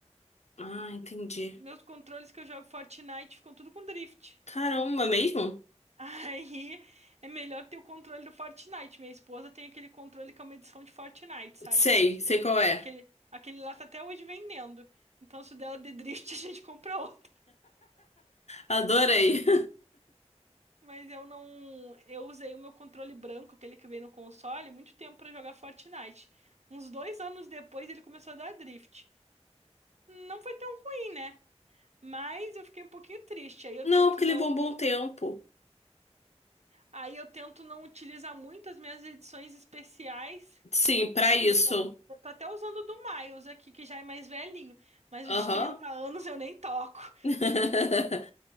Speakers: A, on the left; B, on the right.
A: Ah, entendi.
B: Meus controles que eu jogo Fortnite ficam tudo com drift.
A: Caramba, mesmo?
B: Aí é melhor ter o controle do Fortnite. Minha esposa tem aquele controle que é uma edição de Fortnite, sabe?
A: Sei, sei qual é.
B: Aquele, aquele lá tá até hoje vendendo. Então, se o dela der drift, <laughs> a gente compra outro.
A: Adorei.
B: Mas eu não. Eu usei o meu controle branco, aquele que veio no console, muito tempo pra jogar Fortnite. Uns dois anos depois ele começou a dar drift. Não foi tão ruim, né? Mas eu fiquei um pouquinho triste.
A: <laughs>
B: Aí eu
A: Não,
B: tento
A: porque
B: não.
A: levou um bom tempo.
B: Aí eu tento não utilizar muito as minhas edições especiais
A: Sim, pra
B: É
A: isso.
B: isso. Eu tô até usando o do Miles aqui, que já é mais velhinho, mas o
A: Aham.
B: de 30 anos eu nem toco.
A: <laughs>